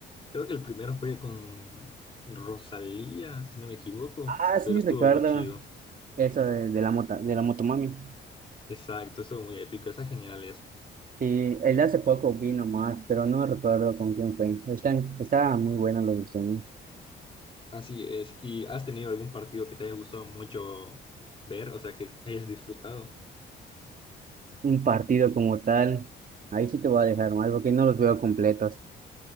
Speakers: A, on the left (about 25°); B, on the right (about 45°).
A: Creo que el primero fue con Rosalía, si no me equivoco,
B: Ah, sí,
A: pero estuvo
B: recuerdo
A: muy chido.
B: eso de, de la mota, de la motomami.
A: Exacto, estuvo muy épico, esa genial
B: Sí, el de hace poco vino más, pero no recuerdo con quién fue. Están, estaban muy buenos los diseños.
A: Así es. ¿Y has tenido algún partido que te haya gustado mucho ver? O sea, que hayas disfrutado.
B: Un partido como tal, ahí sí te voy a dejar mal porque no los veo completos.